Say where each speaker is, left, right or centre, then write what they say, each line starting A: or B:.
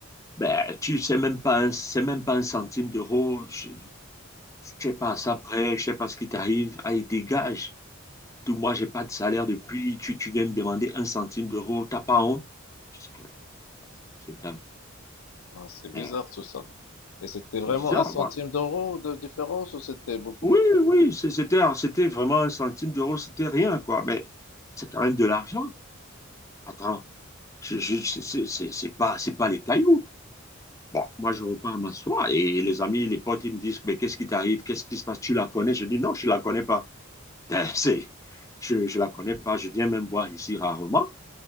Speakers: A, on the left (about 15°); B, on the left (about 85°).
A: Ben, tu sais même pas un, c'est même pas un centime d'euro. Je, je sais pas ça prêt, je sais pas ce qui t'arrive. Allez, dégage. Tout, moi, j'ai pas de salaire depuis. Tu, tu viens me demander un centime d'euro. T'as pas honte? Je dis, Mais qu'est-ce qui se passe avec cette dame?
B: Ouais, C'est bizarre
A: Merde,
B: tout ça. Et c'était
A: c'est
B: vraiment
A: bizarre,
B: un centime
A: moi.
B: d'euro de différence ou c'était beaucoup
A: Oui, oui, c'est- c'était, c'était vraiment un centime d'euro, c'était rien, quoi. Mais c'est quand même de l'argent. Attends, je, je, c'est c'est- c'est- c'est pas, c'est pas les cailloux. Bon, moi, je repars m'asseoir et les amis, les potes, ils me disent, mais qu'est-ce qui t'arrive? Qu'est-ce qui se passe? Tu la connais? Je dis, non, je ne la connais pas. Ben, <laughs> c'est, je, je la connais pas. Je viens même voir ici rarement.